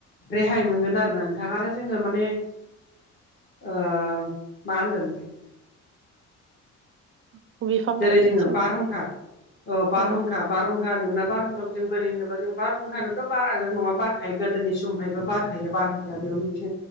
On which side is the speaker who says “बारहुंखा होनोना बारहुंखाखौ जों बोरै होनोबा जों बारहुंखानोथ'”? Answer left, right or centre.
Left